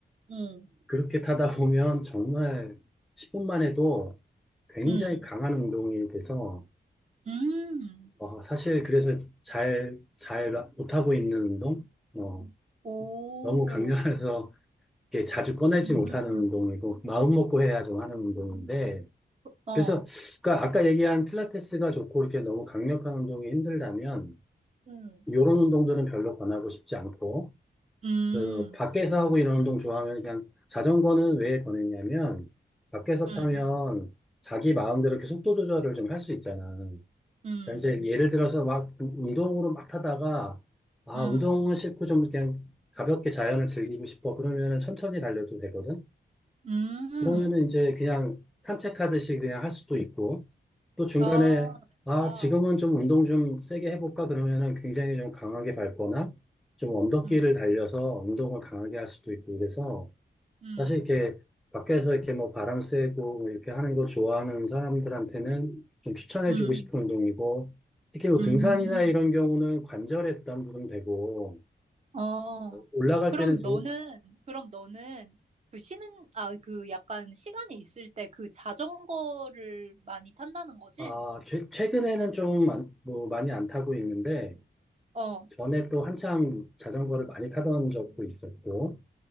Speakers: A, on the right; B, in the centre.
A: 응,
B: 그렇게 타다 보면 정말 10분만 해도 굉장히
A: 응,
B: 강한 운동이 돼서,
A: 음.
B: 어, 사실 그래서 잘, 잘 못하고 있는 운동? 어,
A: 오,
B: 너무 강렬해서 이렇게 자주 꺼내지
A: 음,
B: 못하는 운동이고,
A: 음.
B: 마음먹고 해야 좀 하는 운동인데,
A: 어,
B: 그래서, 그러니까 아까 얘기한 필라테스가 좋고, 이렇게 너무 강력한 운동이 힘들다면,
A: 응.
B: 요런 운동들은 별로 권하고 싶지 않고,
A: 음,
B: 그, 밖에서 하고 이런 운동 좋아하면 그냥 자전거는 왜 권했냐면, 밖에서
A: 음,
B: 타면 자기 마음대로 이렇게 속도 조절을 좀 할 수 있잖아.
A: 음,
B: 그러니까 이제 예를 들어서 막 운동으로 막 타다가 아
A: 음,
B: 운동은 싫고 좀 그냥 가볍게 자연을 즐기고 싶어 그러면은 천천히 달려도 되거든.
A: 음.
B: 그러면은 이제 그냥 산책하듯이 그냥 할 수도 있고 또 중간에
A: 아, 좋다.
B: 아 지금은 좀 운동 좀 세게 해볼까 그러면은 굉장히 좀 강하게 밟거나 좀 언덕길을
A: 음,
B: 달려서 운동을 강하게 할 수도 있고 그래서
A: 음,
B: 사실 이렇게 밖에서 이렇게 뭐 바람 쐬고 뭐 이렇게 하는 거 좋아하는 사람들한테는 좀 추천해주고
A: 음,
B: 음. 싶은 운동이고 특히 뭐
A: 음.
B: 등산이나 이런 경우는 관절에 부담도 되고
A: 어.
B: 올라갈
A: 그럼
B: 때는 좀,
A: 너는, 그럼 너는 그 쉬는, 아, 그 약간 시간이 있을 때 그 자전거를 많이 탄다는 거지?
B: 아, 최, 최근에는 좀 안- 뭐 많이 안 타고 있는데
A: 어,
B: 전에 또 한참 자전거를 많이 타던 적도 있었고